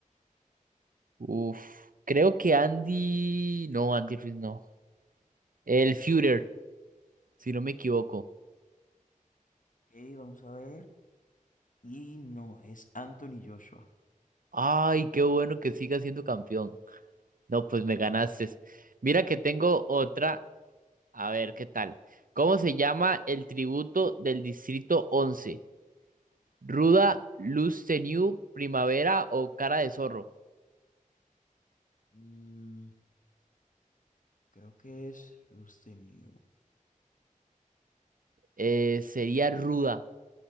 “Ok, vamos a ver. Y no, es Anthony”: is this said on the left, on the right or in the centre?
Left